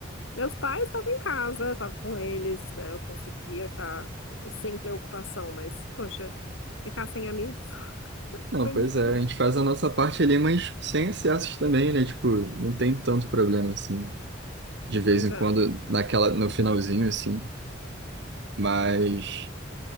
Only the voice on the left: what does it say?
Meus pais estavam em casa, estava com eles, né? Eu conseguia estar sem preocupação, mas, poxa, ficar sem amigos <laughs>
foi
muito
ruim.
Pois
é.